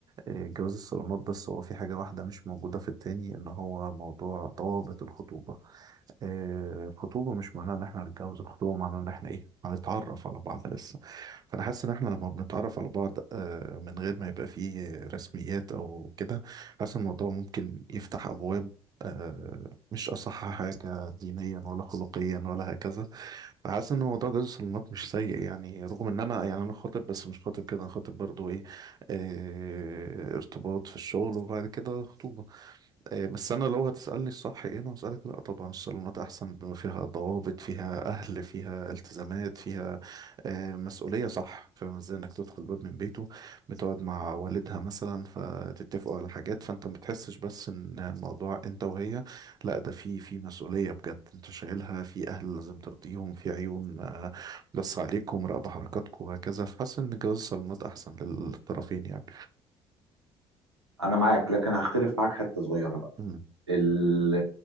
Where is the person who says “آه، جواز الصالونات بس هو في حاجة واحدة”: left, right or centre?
Right